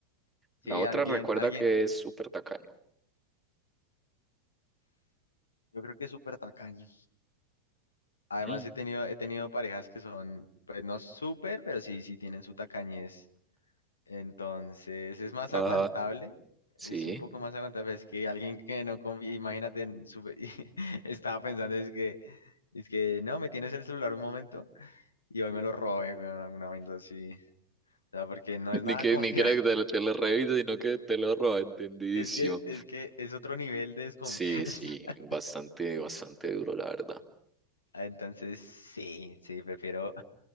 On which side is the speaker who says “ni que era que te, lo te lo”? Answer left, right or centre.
Centre